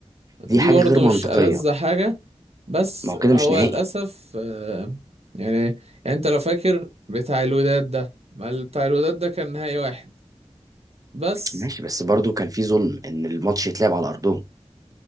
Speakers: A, on the right; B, on the right.
A: دي
B: دي حاجه
A: برضو
B: غير منطقيه
A: مش ألذ حاجة بس
B: ما هو كده
A: هو
B: مش نهائي
A: للأسف آه يعني يعني انت لو فاكر بتاع الوداد ده ما بتاع الوداد ده كان نهائي واحد بس
B: ماشي بس برضه كان في ظلم ان الماتش يتلعب على ارضهم